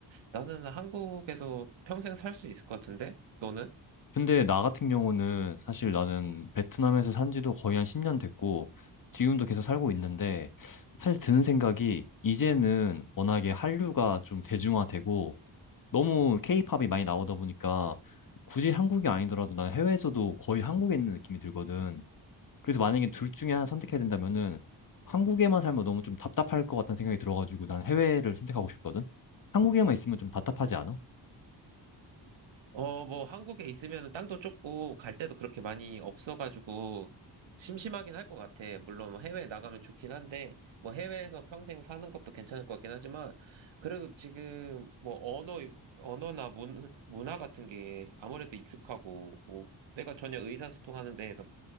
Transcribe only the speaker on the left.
근데 나 같은 경우는 사실 나는 베트남에서 산 지도 거의 한 10년 됐고, 지금도 계속 살고 있는데, 사실 드는 생각이 이제는 워낙에 한류가 좀 대중화되고, 너무 케이팝이 많이 나오다 보니까, 굳이 한국이 아니더라도 난 해외에서도 거의 한국에 있는 느낌이 들거든. 그래서 만약에 둘 중에 하나 선택해야 된다면은 한국에만 살면 너무 좀 답답할 것 같다는 생각이 들어가지고 난 해외를 선택하고 싶거든? 한국에만 있으면 좀 답답하지 않아?